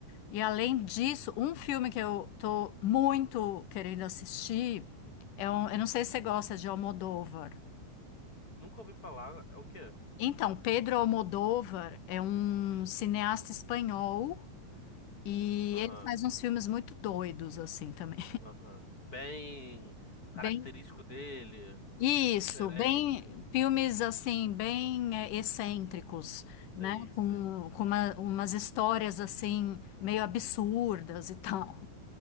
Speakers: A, on the left; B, on the left.
A: E além disso, um filme que eu tô muito querendo assistir é um, eu não sei se você gosta de Almodóvar.
B: Nunca ouvi falar. É o quê?
A: Então, Pedro Almodóvar é um cineasta espanhol e
B: Aham.
A: ele faz uns filmes muito doidos assim também.
B: Aham. Bem característico
A: <laughs> Bem.
B: dele.
A: Isso,
B: Diferente.
A: bem, filmes assim, bem eh, excêntricos, né?
B: Sei, sei.
A: Com, com uma- umas histórias assim, meio absurdas e tal.